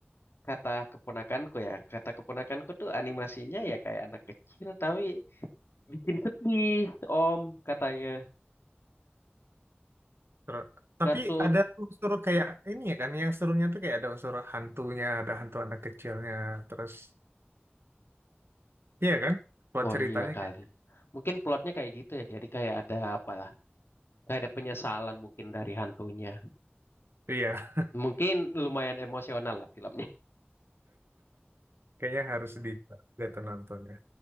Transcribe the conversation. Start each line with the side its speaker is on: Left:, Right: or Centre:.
Left: kata keponakanku ya, kata keponakanku tuh animasinya ya kayak anak kecil tapi bikin sedih, Om, katanya
Right: Ter- Tapi
Left: kartun.
Right: ada unsur kayak ini ya kan, yang serunya tuh kayak ada unsur hantunya, ada hantu anak kecilnya, terus iya kan? Buat
Left: Oh
Right: ceritanya
Left: iya kali.
Right: kayak,
Left: Mungkin plotnya kayak gitu ya. Jadi kayak ada apa lah, kayak ada penyesalan mungkin dari hantunya.
Right: iya,
Left: Mungkin lumayan emosional lah filmnya. <laughs>
Right: kayaknya harus di gitu nontonnya.